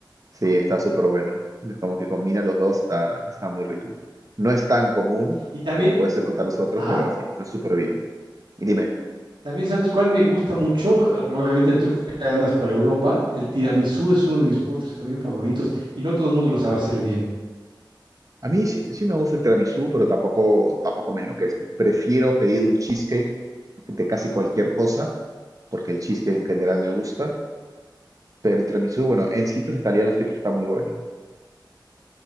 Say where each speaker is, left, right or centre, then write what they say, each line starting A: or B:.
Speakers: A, on the right (about 45°); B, on the right (about 85°).
A: Sí, está súper bueno. Es como que combina los dos, está, está muy rico. No es tan común
B: Y también,
A: como puedes encontrar los otros,
B: ah,
A: pero sí, está súper bien. Y dime,
B: también sabes cuál me gusta mucho. eh, Obviamente tú que andas por Europa, el tiramisú es uno de mis postres también favoritos y no todo el mundo lo sabe hacer bien.
A: a mí sí, sí me gusta el tiramisú, pero tampoco, tampoco me enloquece. Prefiero pedir un cheesecake de casi cualquier cosa, porque el cheesecake en general me gusta Pero el tiramisú, bueno, en sitios italianos siempre está muy bueno.